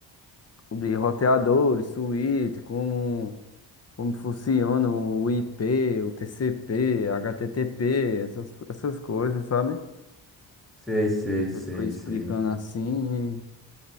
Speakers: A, on the left; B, in the centre.
A: de roteadores, suíte, como como funciona o IP, o TCP, HTTP, essas essas coisas, sabe?
B: Sei, sei, sei,
A: Ele foi explicando
B: sei.
A: assim